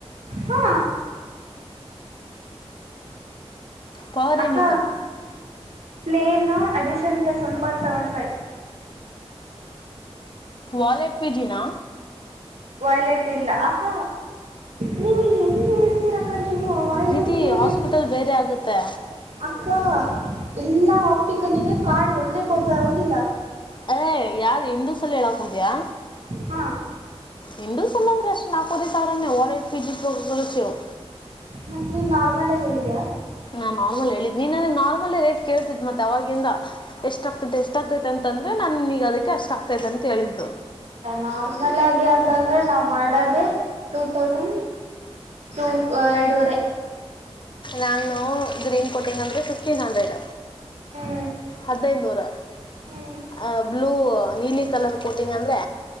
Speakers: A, on the right; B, on the left.
A: ಹಾ
B: ಪವರ್
A: ಅಕ್ಕ
B: ಏನಿತ್ತು
A: plain addition plus one point seven five.
B: Wallet ಪಿಜಿನಾ
A: ವಾಯ್ಲೆಟ್ ಇಲ್ಲ ಅಕ್ಕ ನೀವು ಹೆಂಗ ಹೇಳ್ತೀರಕ್ಕ ನೀವು ವಾಯ್ಲೆಟ್
B: ಪ್ರೀತಿ
A: ಬೇರೆ
B: ಹಾಸ್ಪಿಟಲ್ ಬೇರೆ ಆಗುತ್ತೆ
A: ಅಕ್ಕ ಎಲ್ಲಾ ಆಪ್ಟಿಕಲಿಗೆ ಕಾರ್ಡ್ ಒಂದೇ ಕೊಡ್ತಾರ ಹೌದಿಲ್ಲ
B: ಅದೆ ಯಾವದ್ ಹಿಂದೂಸಲ ಹೇಳಕೊಂತಿಯಾ
A: ಹಾ
B: ಹಿಂದೂಸಲಿ ಆದ್ರ ಎಷ್ಟ ನಾಕೂವರಿ ಸಾವಿರಾನೇ ಒಲ್ಟ್ ಪಿಜಿ ಪ್ರೋಗ್ರೆಸ್ಸಿವ್
A: ಮತ್ತ ನೀ ನಾರ್ಮಲಾಗ ಹೇಳಿಯಾ
B: ನಾನ್ ನಾರ್ಮಲ್ ಹೇಳಿದ್ ನೀನ್ ನನಗ ನಾರ್ಮಲೇ ರೇಟ್ ಕೇಳ್ತಿದ್ ಮತ್ತೆ ಅವಾಗಿಂದ ಎಷ್ಟ ಆಗ್ತೈತೆ ಎಷ್ಟ ಆಗ್ತೈತೆ ಅಂತ ಅಂತಂದ್ರೆ ನಾನೀಗ ಅದಕ್ಕೆ ಅಷ್ಟ ಆಗ್ತೈತೆ ಅಂತ ಹೇಳಿದ್ದ
A: ನಾರ್ಮಲ್ ಆಗಿ ಅಂತ ಅಂದ್ರೆ ನಾವು ಮಾಡೋದೇ ಟೂ ತೌಸಂಡ್ ಟು ಎರಡೂವರೆ
B: ನಾನು ಗ್ರೀನ್ ಕೋಟಿಂಗ ಅಂದ್ರೆ ಫಿಫ್ಟೀನ್ ಹಂಡ್ರೆಡ್
A: ಹ್ಞೂ
B: ಹದನೈದ ನೂರ್
A: ಹ್ಞೂ
B: ಆ ಬ್ಲೂ ನೀಲಿ ಕಲರ್ ಕೋಟಿಂಗ್ ಅಂದರೆ